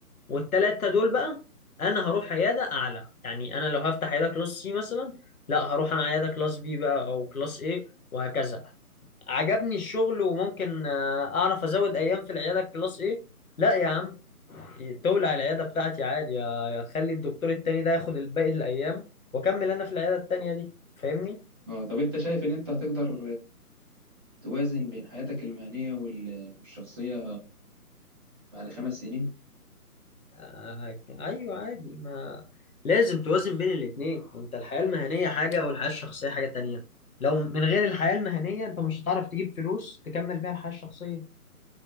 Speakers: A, on the left; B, on the right.
A: والتلاتة دول بقى أنا هروح عيادة أعلى يعني أنا لو هفتح عيادة كلاس سي مثلا لا هروح أنا عيادة كلاس بي بقى أو كلاس إيه وهكذا عجبني الشغل وممكن آه، أعرف أزود أيام في العيادة كلاس إيه لا يا عم تولع العيادة بتاعتي عادي يا يا خلي الدكتور التاني ده ياخد الباقي الأيام وأكمل أنا في العيادة التانية دي فاهمني؟
B: اه طب انت شايف ان انت هتقدر توازن بين حياتك المهنية وال- والشخصية بعد خمس سنين
A: آه أيوه عادي ما لازم توازن بين الاتنين أنت الحياة المهنية حاجة والحياة الشخصية حاجة تانية لو من غير الحياة المهنية أنت مش هتعرف تجيب فلوس تكمل بيها الحياة الشخصية